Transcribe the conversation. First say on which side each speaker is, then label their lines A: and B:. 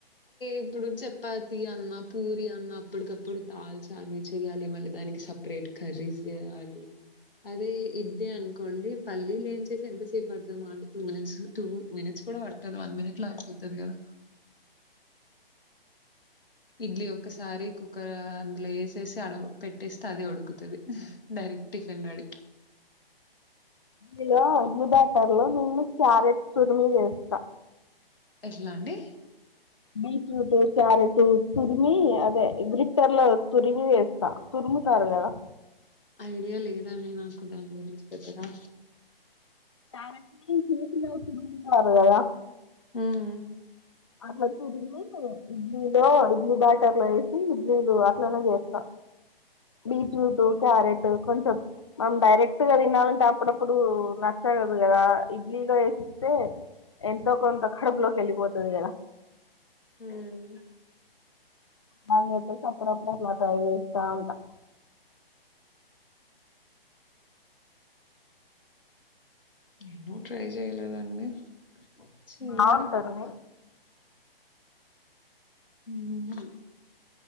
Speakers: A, on the left; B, on the left.
A: ఇప్పుడు చపాతి అన్న పూరి అన్న అప్పటికప్పుడు కాల్చాలి చెయ్యాలి మళ్ళీ దానికి సపరేట్ కర్రీస్ చేయాలి అదే ఇది అనుకోండి పల్లీలు వేంచేసి ఎంతసేపు పడుతంది మహా అంటే టూ మినిట్స్ టూ మినిట్స్ కూడా పట్టా కదా వన్ మినిట్ లో అయిపోతది కదా ఇడ్లీ ఒకసారి కుక్కర్ అందులో ఏసేసి ఆడ పెట్టేస్తే అదే ఉడుకుతది డైరెక్ట్ టిఫిన్ రెడీ
B: ఇడ్లీలో ఇడ్లీ బ్యాటర్ లో నేను క్యారెట్ తురిమి వేస్తా
A: ఎట్లా అండి
B: బీట్రూట్ క్యారెట్ తురిమి అదే గ్రిట్టర్ లో తురిమి వేస్తా తురుముతారు కదా
A: ఐడియా లేదండి నాకు దాని గురించి పెద్దగా
B: క్యారెట్ ని చిన్న చిన్నగా తురుముతారు కదా
A: హ్మ్ మ్మ్
B: అట్లా తురిమి ఇడ్లీలో ఇడ్లీ బ్యాటర్ లో వేసి ఇడ్లీలు అట్లనే చేస్తా బీట్రూటు క్యారెటు కొంచెం మనం డైరెక్ట్ గా తినాలంటే అప్పుడప్పుడు నచ్చదు గదా ఇడ్లీలో వేసిస్తే ఎంతో కొంత కడుపులోకి వెళ్ళిపోతు లేదు కదా
A: హ్మ్
B: నాకైతే చెప్పడు అ మాతాయి చేస్తా ఉంటా
A: నేను ట్రై చెయలేదండి చెయ్యాలి
B: బాగుంటుంది
A: హ్మ్